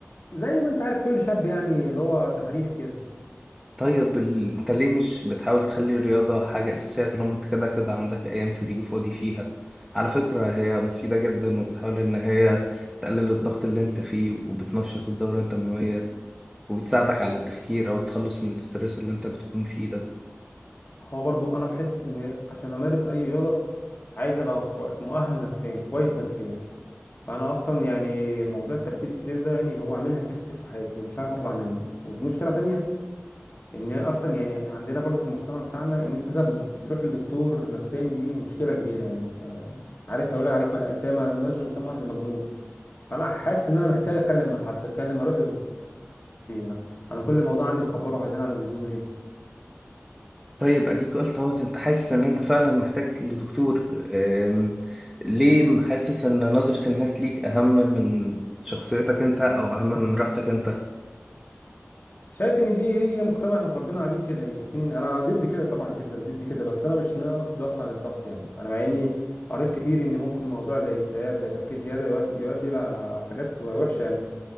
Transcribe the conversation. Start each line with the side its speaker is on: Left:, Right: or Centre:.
Left: زي ما أنت عارف كل شاب يعني اللي هو تفريحي كده
Centre: طيب ال- انت ليه مش بتحاول تخلي الرياضة حاجة اساسية طالما انت كده كده عندك ايام فري وفاضي فيها على فكرة هي مفيدة جدا وبتحاول ان هي تقلل الضغط اللي انت فيه وبتنشط الدورة الدموية وبتساعدك على التفكير او تخلص من الاسترس اللي انت بتكون فيه ده
Left: هو برضو أنا بحس إن عشان أمارس أي رياضة عايز أبقى كو- مؤهل نفسيا كويس نفسيا فأنا أصلا يعني موضوع التفكير الكتير ده يعني هو عامل لي مشاكل كتير في حياتي ومش عارف أطلع منه وفي مشكلة تانية إن أصلا يعني عندنا برضو في المجتمع بتاعنا إن أنت لازم تروح لدكتور نفساني دي مشكلة كبيرة يعني أنت عارف هيقول عليك ما- أنت ما لناش غير مسمى واحد مجنون انا حاسس ان انا محتاج اتكلم مع حد اتكلم اروح لدكتور إيه انا انا كل موضوع عندي بكبره زياده عن اللزوم ليه
Centre: طيب اديك قلت اهوت انت حاسس ان انت فعلا محتاج لدكتور أم، ليه حاسس ان نظرة الناس ليك اهم من شخصيتك انت او اهم من راحتك انت
Left: شايف ان دي هي مجتمع احنا اتربينا عليه كده يعني شايفين ان انا ضد كده طبعا جدا ضد كده بس انا مش ناقص ضغط عن الضغط يعني انا مع اني قريت كتير ان ممكن موضوع زي اكتئاب زي تفكير زياده يؤدي يؤدي لحاجات وحشه يعني